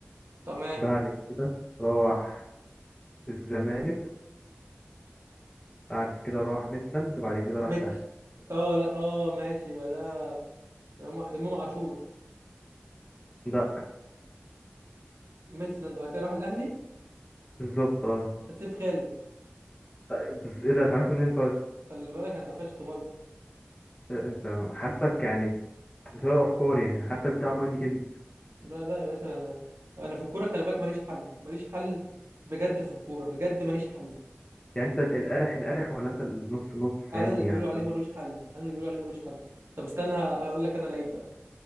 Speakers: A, on the right; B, on the left.
A: تمام
B: بعد كده راح الزمالك بعد كده راح ميتلاند بعد كده راح
A: ميكي
B: الأهلي
A: اه لا اه ماشي يبقى ده امام إمام عاشور
B: لا
A: ميتلاند بعد كده راح الاهلي
B: بالظبط اه
A: ده سيف خالد
B: طيب، بس ايه ده اتعرفت منين طيب
A: خلي بالك انا قفشته برضه
B: إيه، انت حاسك يعني بتقرا افكاري يعني حاسك بتلعب مايند جيمز
A: لا لا يا باشا انا انا في الكوره خلي بالك ماليش حل ماليش حل بجد في الكوره بجد ماليش حل
B: يعني انت ال- القرح القرح ولا انت النص نص
A: انا
B: فاهمني
A: اللي بيقولوا
B: يعني
A: عليه ملوش حل انا اللي بيقولوا عليه ملوش حل طب استنى ه- هقول لك انا لعيب بقى